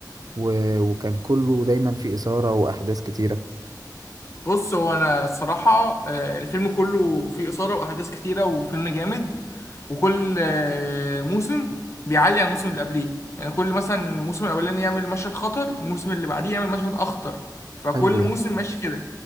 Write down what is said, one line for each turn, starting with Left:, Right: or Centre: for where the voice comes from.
Right: و... وكان كله دايما فيه اثاره واحداث كتيره
Left: بص هو انا الصراحه آه، الفيلم كله فيه اثاره واحداث كتيره وفيلم جامد وكل آه، موسم بيعلي عن الموسم اللي قبليه يعني كل مثلا الموسم الاولاني يعمل مشهد خطر الموسم اللي بعديه يعمل مشهد اخطر فكل
Right: حلو ده
Left: موسم ماشي كده